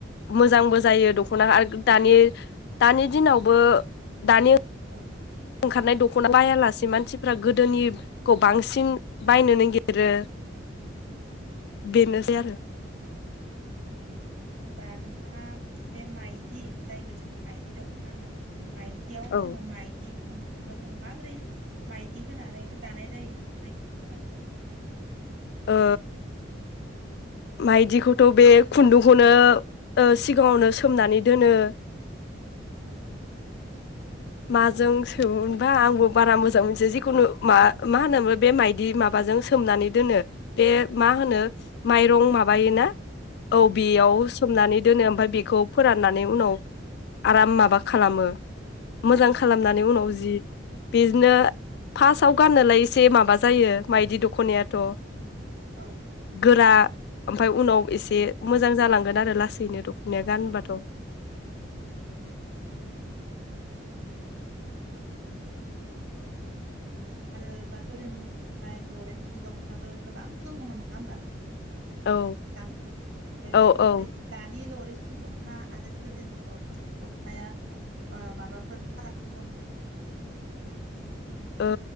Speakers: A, on the right; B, on the left.
A: औ
B: मोजांबो जा यो दख'ना दानि दानि दिनावबो दानि
A: <unintelligible>
B: ओंखारनाय दख'ना बायालासे मानसिफ्रा गोदोनिखौ बांसिन
A: औ
B: बायनो नायगिरो बेनोसै आरो
A: ओ होनबा नोंथाङा बे माइदि जायखौ जोङो माइदि दख'ना होनना बुङोना माइ दियाव
B: औ
A: जोङो माइदि खुनदुंखौ जोङो माबोरै माइदि होनानै दानाय जायो नोंथाङा एसे फोरमायनो हागोन नामा
B: ओ
A: <unintelligible>
B: माइदिखौथ' बे खुनदुंखौनो ओ सिगाङावनो
A: औ
B: सोमनानै दोनो
A: औ
B: माजों सोमो मोनबा
A: औ
B: आंबो बारा मो जां मोनथिया जिखुनु मा मा होनोमोन बे माइदि माबाजों सोमनानै दोनो बे मा होनो माइरं माबायोना औ बेयाव सोमनानै दोनो ओमफ्राय बेखौ फोराननानै उनाव आराम माबा खालामो मोजां खालामनानै
A: औ
B: उनाव जि बिदिनो फार्स्टआव गाननोलाय एसे माबा जायो माइदि दख'नायाथ'
A: औ
B: गोरा ओमफ्राय उनाव एसे मोजां जालां <unintelligible> आरो लासैनो द ख'नाया गानबाथ'
A: औ <unintelligible> बिदिनो आरो दख'नानि माबाया आरो बा गोदोनि दिनावहाय लरेन्सनि दखनाबो गोबां दङमोन नङा होमबा नोंथां
B: औ
A: ओमफ्राय
B: औ
A: बे लरेस
B: औ
A: दानि लरेस नि दख'ना आरो गोदोनि लरिसनि दख'नाया ओ माबाफोर फाराग दं नामा नोंथाङा एसे फोरमायना होगोन नामा
B: ओ